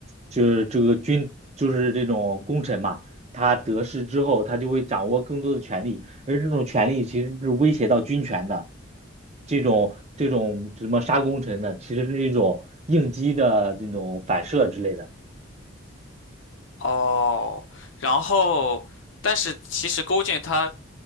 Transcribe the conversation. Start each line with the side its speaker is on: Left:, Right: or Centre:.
Right: 就是这个君就是这种功臣嘛，他得势之后，他就会掌握更多的权力。而这种权利其实是威胁到军权的，这种这种什么杀功臣的，其实是一种应激的那种反射之类的。
Left: 哦，然后，但是其实勾践他